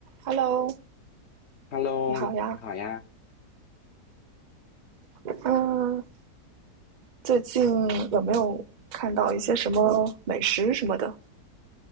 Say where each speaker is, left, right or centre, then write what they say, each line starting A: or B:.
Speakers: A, on the right; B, on the left.
A: Hello，
B: Hello，
A: 你好呀。
B: 你好呀。
A: 嗯，最近有没有看到一些什么美食什么的？